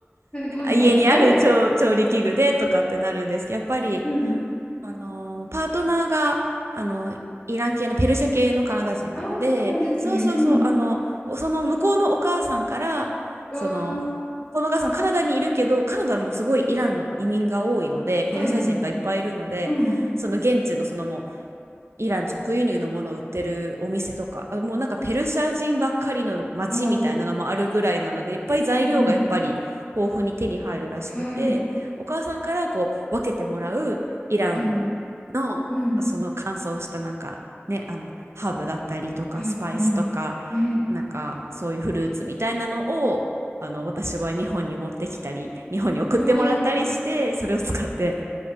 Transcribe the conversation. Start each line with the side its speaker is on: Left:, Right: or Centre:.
Left: はいはいはい。
Right: 家にある調、
Left: すごい。
Right: 調理器具でとかってなるんですけど、やっぱり、
Left: うん。
Right: あのーパートナーが、あの、イラン系のペルシャ系のカナダ人なので、
Left: あ、そうなんですね。
Right: そうそうそう、
Left: うん。
Right: あの、その向こうのお母さんから、
Left: わー。
Right: その、このお母さんカナダにいるけど、カナダもすごいイランの移民が多いので、
Left: はいはいはい。
Right: ペルシャ人がいっぱいいるので、
Left: うん。
Right: その現地のそのもうイラン直輸入のものを売ってるお店とか、あ、もうなんかペルシャ人ばっかりの街みたいなのもあるぐらいなので、
Left: わお。
Right: いっぱい材料がやっぱり豊富に手に入るらしくて、
Left: うん。はい。
Right: お母さんからこう分けてもらうイラン
Left: いいな。
Right: のその乾燥したなんかね、
Left: うん。
Right: あのハーブだったりとかスパイスとか、
Left: あ、うん。ね。
Right: なんかそういうフルーツみたいなのをあの私は日本に持ってきたり、日本に送ってもらったりして、
Left: わー、いいな。
Right: それを使って